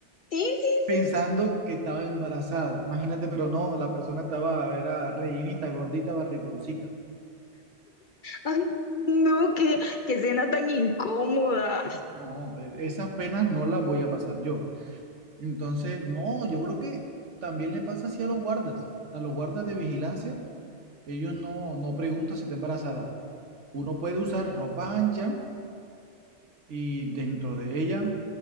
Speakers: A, on the left (about 55°); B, on the right (about 75°).
A: Sí, sí,
B: pensando
A: sí, sí.
B: que estaba embarazada. Imagínate, pero no, la persona estaba, era rellenita, gordita, barrigoncita.
A: Ay, no, qué, qué cena tan incómoda.
B: No, e- esas penas no las voy a pasar yo. Entonces, no, yo creo que también le pasa así a los guardas. A los guardas de vigilancia, ellos no, no preguntan si está embarazada. Uno puede usar ropa ancha y dentro de ella,